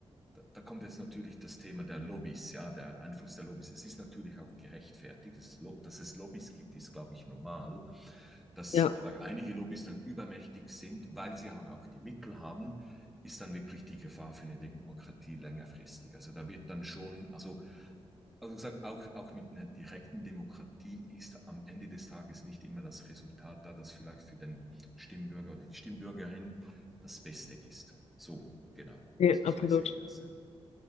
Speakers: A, in the centre; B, on the left.
A: da, da kommt jetzt natürlich das Thema der Lobbys, ja, der Einfluss der Lobbys. Es ist natürlich auch gerechtfertigt. Es, dass es Lobbys gibt, ist, glaube ich, normal. Dass
B: ja,
A: aber einige Lobbys dann übermächtig sind, weil sie halt auch die Mittel haben, ist dann wirklich die Gefahr für eine Demokratie längerfristig. Also da wird dann schon, also, also gesagt, auch, auch mit einer direkten Demokratie ist am Ende des Tages nicht immer das Resultat da, das vielleicht für den Stimmbürger oder die Stimmbürgerin das Beste ist. So, genau.
B: nee,
A: Also
B: absolut.
A: so sehe ich das, ja.